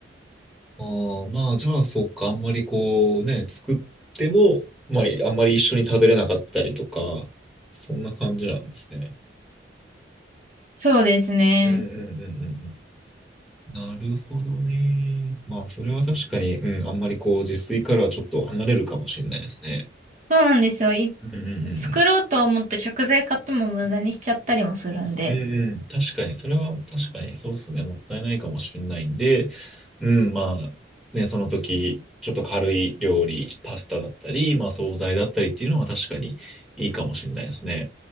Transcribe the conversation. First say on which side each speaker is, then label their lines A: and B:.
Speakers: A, in the centre; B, on the right.
A: ああ、まあ、じゃあ、そっか、あんまりこうね、作っても、まあ、あんまり一緒に食べれなかったりとか、そんな感じなんですね。
B: そうですね。
A: うんうんうんうんうん。なるほどね。まあ、それは確かに、うん、あんまりこう、自炊からはちょっと離れるかもしれないですね。
B: そうなんですよ。い、
A: うんうんうんうん。
B: 作ろうと思って食材買っても無駄にしちゃったりもするんで。
A: うんうん、確かに、それは確かにそうですね、もったいないかもしれないんで、うん、まあ、ね、その時、ちょっと軽い料理、パスタだったり、まあ、惣菜だったりっていうのは確かにいいかもしれないですね。